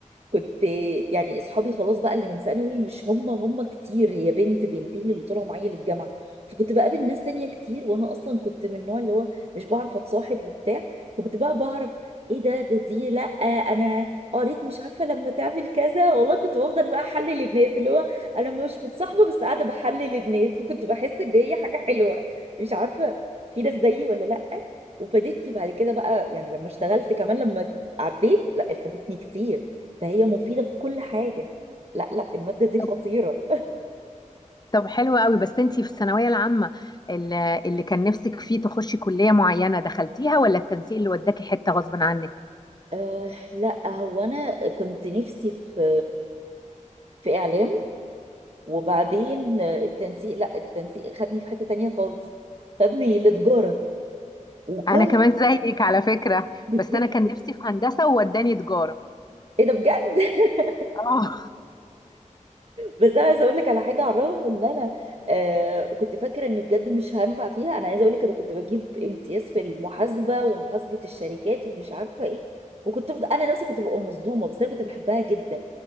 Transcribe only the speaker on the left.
طب
طب حلوة قوي بس أنت في الثانوية العامة اللي اللي كان نفسك فيه تخشي كلية معينة دخلتيها ولا التنسيق اللي وداكي حتة غصب عنك؟
انا كمان زيك على فكرة
بس
انا كان نفسي في هندسة ووداني تجارة
اه